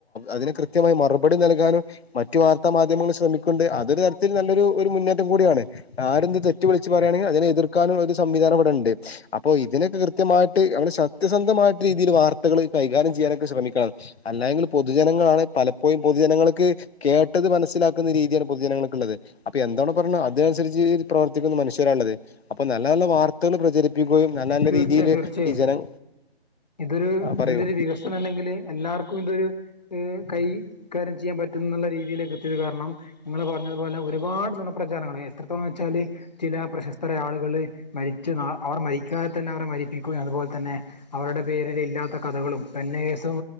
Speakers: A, on the left; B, on the left.
A: അതിന് കൃത്യമായി മറുപടി നൽകാനും മറ്റു വാർത്താ മാധ്യമങ്ങൾ ശ്രമിക്കും ണ്ട് അതൊരു തരത്തിൽ നല്ലൊരു ഒരു മുന്നേറ്റം കൂടിയാണ് ആരെന്ത് തെറ്റു വിളിച്ച് പറയുകയാണെങ്കി അതിനെ എതിർക്കാനുള്ള ഒരു സംവിധാന ഇവിടെ ഉണ്ട് അപ്പോ ഇതിനൊക്കെ കൃ സത്യമായിട്ട് സത്യസന്ധമായിട്ട് രീതിയിൽ വാർത്തകള് കൈകാര്യം ചെയ്യാനൊക്കെ ശ്രമിക്കണം അല്ലെ യങ്കിൽ പൊതുജനങ്ങളാണ് പല പ്പൊയ് പൊതുജനങ്ങൾക്ക് കേട്ടത് മനസ്സിലാക്കുന്ന രീതിയാണ് പൊതുജനങ്ങൾക്ക്ള്ളത് അപ്പൊ എന്താണോ പറഞ്ഞത് അതിനനുസരിച്ച് പ്രവർത്തിക്കുന്ന മനുഷ്യരാള്ളത് അപ്പൊ നല്ല നല്ല വാർ ത്തകൾ പ്രചരിപ്പിക്കുകയും നല്ല നല്ല
B: തീർച്ചയായും
A: രീതിയില്
B: തീർച്ചയായും
A: ഈ ജനം
B: ഇതൊരു
A: ആ പറയൂ
B: ഇതിന്റെ ഒരു വികസനം അല്ലെങ്കിൽ എല്ലാവർക്കും ഇതൊരു ത് കൈ കാര്യം ചെയ്യാൻ പറ്റും ന്നുള്ള രീതിയിലേക്ക് എത്തിയത് കാരണം നിങ്ങള് പ്പൊ പറഞ്ഞതുപോലെ ഒരുപാട് നുണപ്രചാരങ്ങള് എത്രത്തോളം വെച്ചാല് ചില പ്രശസ്തര ആളുകള് മരിച്ച് നാ അവർ മരി ക്കാതെ തന്നെ അവരെ മരിപ്പിക്കുകയും അതുപോലെ തന്നെ അവരുടെ പേരില് ഇല്ലാത്ത കഥകളും പെന്നേഴ്സും